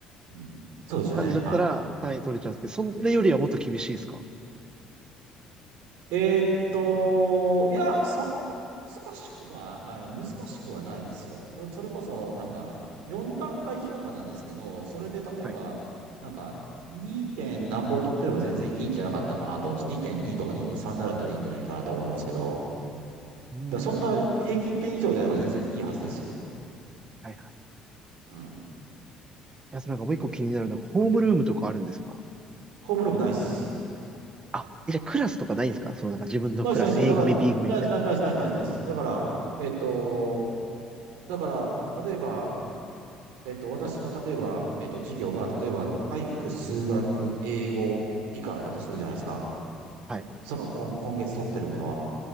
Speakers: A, on the right (about 75°); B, on the right (about 30°).
A: うん。そうですよね。
B: 感じだったら単位取れちゃうんですけど、
A: は
B: それよりはもっと厳しいですか
A: い。えーっと、いや、そんな難しくは、あの、難しくはないですよ。それこそ、なんか、4段階評価なんですけど、それで例えば、
B: はい。
A: なんか、2. 点何本取ってれば全然いいんじゃなかったかなと、2.2とか2.3だったらいいんじゃないかなと思いますけど、
B: うーん。
A: だそんな平均点以上であれば全然いいはずですよ。
B: はいはい。い
A: うん。
B: や、そのなんかもう一個気になるのが、ホームルームとかあるんですか
A: ホームルームないっす。
B: あ、え、じゃあクラスとかないんですかそのなんか自分のクラス、
A: ないっす、ないっす、ないっすだから、
B: A 組、B 組みたい
A: ないっす、ないっす、ないっす、ないっす、ないっすないっすだから、えっと、だから、例えば、えっと、私の、例えば、えっと、授業が、例えば、体育、数学、英語、理科だとするじゃないですか。
B: な。はい。
A: その、今、今月取ってるものは。